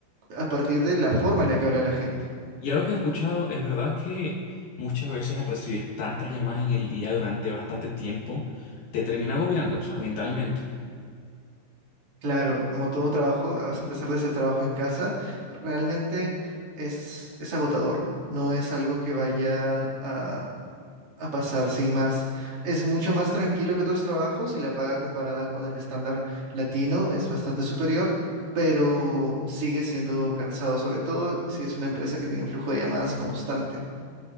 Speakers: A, on the right; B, on the left.
A: a partir de la forma en la que habla la gente.
B: y algo que he escuchado, es verdad que muchas veces al recibir tantas llamadas en el día durante bastante tiempo, te termina agobiando, o sea, mentalmente.
A: Claro, como todo trabajo, a pesar de ser trabajo en casa, realmente es, es agotador. No es algo que vaya a, a pasar sin más. Es mucho más tranquilo que otros trabajos y la paga comparada con el estándar latino es bastante superior, pero sigue siendo cansado, sobre todo si es una empresa que tiene un flujo de llamadas constante.